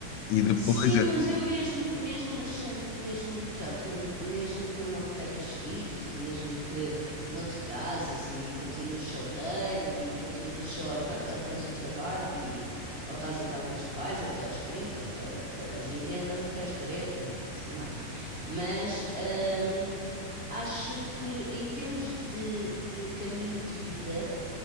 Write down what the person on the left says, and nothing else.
E depois
é-